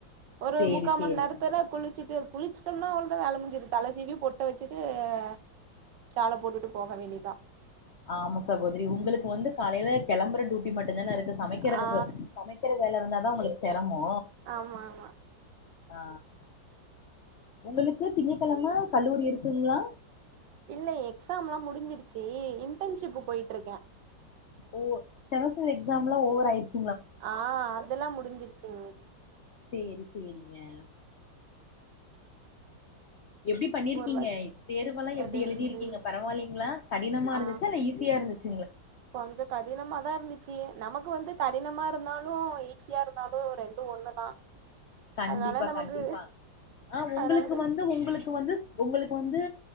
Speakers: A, on the right; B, on the left.
A: ஒரு
B: சேரி
A: முக்கா மன்
B: சேரிங்க
A: நேரத் ல்ல குளிச்சுட்டு குளிச்சுிட்டோம்னா அவுள்தா வேல முஞ்சுது தல சீவி பொட்டு வச்சுட்டு ஆ ஷால போட்டுட்டு போக வேண்டியதா
B: ஆமா சகோதரி உங்களுக்கு வந்து காலையில கெளம்பற டியூட்டி மட்டும்தான இரு சமைக்கிறதுக்கு
A: ஆ
B: சமைக்கிற வேல இருந்தா உங்களுக்கு பே தமோ
A: ஆமா ஆமா
B: ஆ உங்களுக்கு திங்க கழம கல்லூரி இருக்குங்ளா
A: இல்ல எக்ஸாம் லா முடிஞ்சிருச்சி இன்டர்ன்ஷிப் போய்ட்டு இருக்க
B: ஓ செமஸ்டர் எக்ஸாம்லா ஓவர் ஆய்ருச்சு
A: ஆ அதெல்லா முடிஞ்சிருச்சிங்
B: சேரி சேரி ய எப்டி பண்ணிருக்கீங்க
A: ஒரு வருஷ
B: தேர்வெல்லா எப்டி
A: அது வந்து
B: எழுதிருக்கீங்க பரவால்லைங்ளா கடினமா
A: ஆ
B: இருந்துச்சா இல்ல ஈஸியா இருந்துச்
A: கொஞ்சோ கடினமா தா இருந்து சு நமக்கு வந்து கடினமா இருந்தாலு ஈஸியா இருந்தாலு ரெண்டு ஒண்ணுதா
B: கண்டிப்பா
A: அதனால நமக்கு
B: கண்டிப்பா ஆ உங்களுக்கு
A: அதனாலது
B: வந்து உங்களுக்கு வந்து உங்களுக்கு வந்து